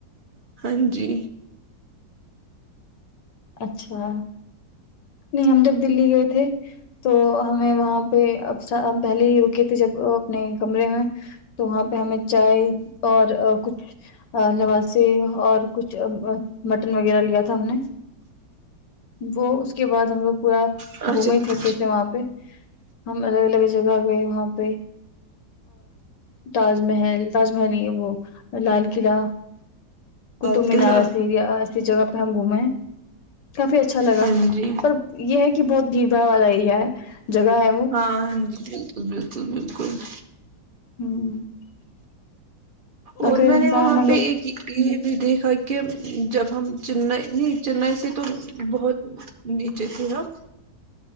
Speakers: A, on the right; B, on the left.
A: ہاں جی
B: اچھا نہیں ہم جب دلی گئے تھے تو ہمیں وہاں پہ اب ہم پہلے ہی رکے تھے جب اپنے کمرے میں تو وہاں پہ ہمیں چائے اور کچھ لواسے اور کچھ مٹن وغیرہ لیا تھا ہم نے وہ اس کے بعد ہم لوگ پورا
A: اچھا
B: گھومے تھے اچھے سے وہاں پہ ہم الگ الگ جگہ گئے وہاں پہ تاج محل تاج محل نہیں ہے وہ لال قلعہ قطب
A: اللہ
B: مینار ایسی جگہ ہم گھوم کافی اچھا لگا
A: ہاں جی
B: پر یہ ہے کہ کہ بہت بھیڑ بھڑ والا ایریا ہے جگہ ہے وہ
A: ہاں ہاں جی بالکل بالکل بالکل <inaudible>
B: <inaudible> اگر
A: اور میں
B: انسان
A: نے وہاں
B: اگر
A: پہ ایک یہ بھی دیکھا کہ جب ہم چنئی نہیں چنئی سے تو بہت نیچے تھے ہم